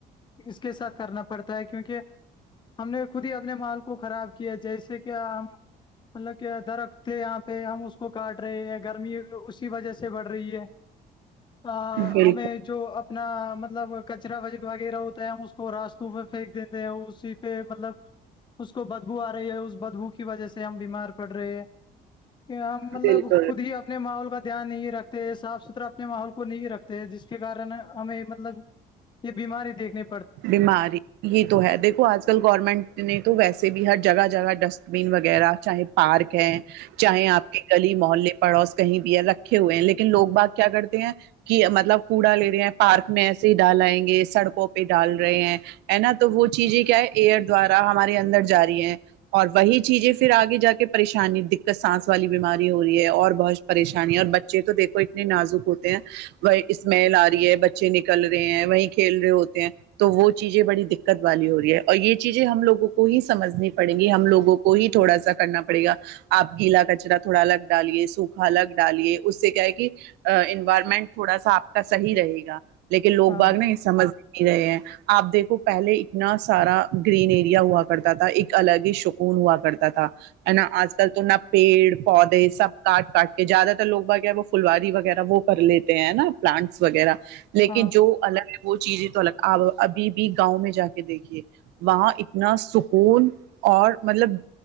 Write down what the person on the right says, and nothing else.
بالکل
بالکل
بیماری یہ تو ہے دیکھو آج کل گورنمنٹ نے تو ویسے بھی ہر جگہ جگہ ڈسٹ بین وغیرہ چاہے پارک ہے چاہیں آپ کے گلی محلے پڑوس کہیں بھی ہے رکھے ہوئے ہیں لیکن لوگ بات کیا کرتے ہیں کہ مطلب کوڑا لے رہے ہیں پارک میں ایسے ہی ڈال آیینگے سڑکوں پہ ڈال رہے ہیں ہے نا تو وہ چیزیں کیا ہے ایئر دوارا ہمارے اندر جاری ہے اور وہی چیزیں پھر آگے جا کے پریشانی دقت سانس والی بیماری ہو رہی ہے اور بہت پریشانی اور بچے تو دیکھو اتنے نازک ہوتے ہیں وہیں اسمیل آ رہی ہے بچے نکل رہے ہیں وہی کھیل رہے ہوتے ہیں تو وہ چیزیں بڑی دقت والی ہو رہی ہے اور یہ چیزیں ہم لوگوں کو ہی سمجھنی پڑیں گی ہم لوگوں کو کو ہی تھوڑا سا کرنا پڑے گا آپ گیلا کچرا تھوڑا الگ ڈالیے سوکھا الگ ڈالیے اس سے کیا ہے کہ انوائرمنٹ تھوڑا سا آپ کا صحیح رہے گا لیکن لوگ
بات نا سمجھ ہی نہیں رہے ہیں آپ دیکھو پہلے اتنا سارا گرین ایریا ہوا کرتا تھا ایک الگ ہی سکون ہوا کرتا تھا ہے نا آج کل تو نا پیڑ پودے سب کاٹ کاٹ کے زیادہ تر لوگ کا کیا وہ فلواری وغیرہ وہ کر لیتے ہیں نا پلانٹس وغیرہ لیکن
جو الگ وہ چیزیں آپ ابھی بھی گاؤں میں جا کے دیکھیے وہاں اتنا سکون اور مطلب